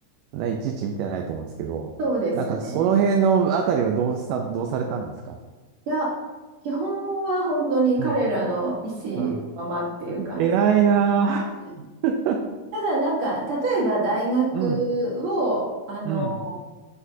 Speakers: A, on the right; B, on the right.
A: あ、ない、ちいち見てないと思うんですけど、
B: そうですね。
A: なんか、その辺のあたりはどうした、どうされたんですか
B: いや、基本は本当に彼らの意思のままっていう感じ
A: うん、うん。偉いなあ
B: で。
A: <laughs>
B: ただ、なんか、例えば大学を、
A: うん、
B: あの、
A: うん、